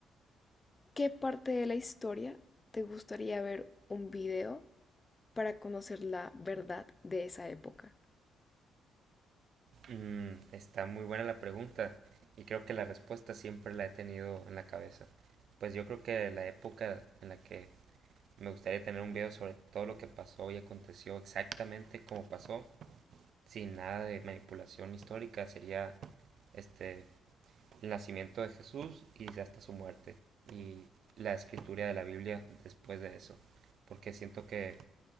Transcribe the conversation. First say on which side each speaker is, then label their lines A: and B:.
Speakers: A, on the left; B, on the right.
A: ¿qué parte de la historia te gustaría ver un video para conocer la verdad de esa época?
B: Mm, está muy buena la pregunta y creo que la respuesta siempre la he tenido en la cabeza. Pues yo creo que la época en la que me gustaría tener un video sobre todo lo que pasó y aconteció exactamente como pasó, sin nada de manipulación histórica, sería este el nacimiento de Jesús y hasta su muerte y la escritura de la Biblia después de eso, porque siento que